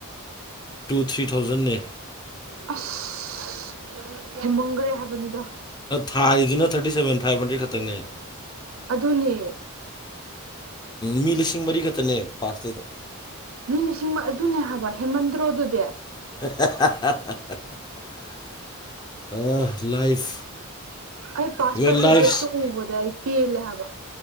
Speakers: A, on the left (about 20°); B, on the right (about 65°).
A: ꯇꯨ ꯊ꯭ꯔꯤ ꯊꯥꯎꯖꯟꯅꯦ
B: ꯑꯁ ꯍꯦꯃꯪꯈ꯭ꯔꯦ ꯍꯥꯏꯕꯅꯤꯗ
A: ꯊꯥꯔꯤꯗꯨꯅ ꯊꯥꯔꯇꯤ ꯁꯚꯦꯟ
B: <inaudible>
A: ꯐꯥꯏꯚ ꯍꯟꯗ꯭ꯔꯦꯗ ꯈꯛꯇꯪꯅꯦ
B: ꯑꯗꯨꯅꯦ
A: ꯃꯤ ꯂꯤꯁꯤꯡ ꯃꯔꯤ ꯈꯛꯇꯅꯦ ꯄꯥꯁ ꯇꯩꯩꯗꯣ
B: ꯃꯤ ꯂꯤꯁꯤꯡ ꯑꯗꯨꯅꯦ ꯍꯥꯏꯕ ꯍꯦꯃꯟꯗ꯭ꯔꯣꯗꯨꯗꯤ
A: <unintelligible> ꯑ ꯂꯥꯏꯐ
B: ꯑꯩ ꯄꯥꯁ
A: ꯋꯦꯟ
B: ꯄꯥꯔꯁꯦꯟꯇꯦꯖꯇꯣ
A: ꯂꯥꯏꯐ
B: ꯎꯕꯗ ꯑꯩ ꯄꯦꯜꯂꯦ ꯍꯥꯏꯕ